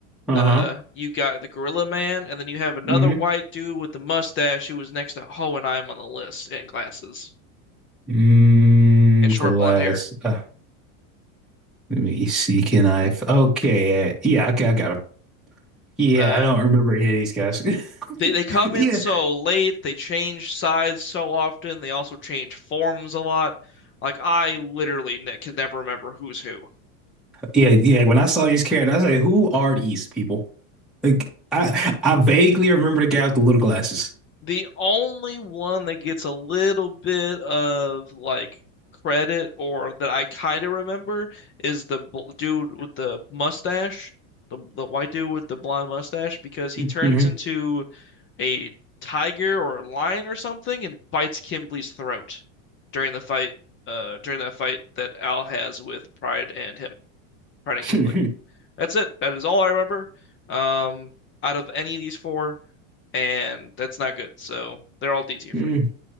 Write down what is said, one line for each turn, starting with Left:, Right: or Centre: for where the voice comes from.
Centre: Uh-huh.
Left: Uh, you got the Gorilla Man, and then you have another
Centre: hmm
Left: white dude with the mustache who was next to Ho and I'm on the list and glasses
Centre: Mm,
Left: and short
Centre: glass.
Left: blonde hair.
Centre: Uh, let me see. Can I? f- Okay. uh, yeah. Okay, I got him. Yeah,
Left: Uh,
Centre: I don't remember any of these guys. <laughs>
Left: They they come
Centre: Yeah.
Left: in so late, they change sides so often, they also change forms a lot. Like I literally ne can never remember who's who.
Centre: Yeah, yeah. When I saw these characters, I was like, "Who are these people?" Like, I I vaguely remember the guy with the little glasses.
Left: The only one that gets a little bit of like credit or that I kind of remember is the bl dude with the mustache, the the white dude with the blonde mustache because he
Centre: Mm-hmm.
Left: turns into a tiger or a lion or something and bites Kimberly's throat during the fight. Uh, during that fight that Al has with Pride and him, Pride and Kimberly.
Centre: Mm-hmm. mm
Left: That's it. That is all I remember. Um, out of any of these four, and that's not good. So they're all D tier
Centre: <laughs>
Left: for me.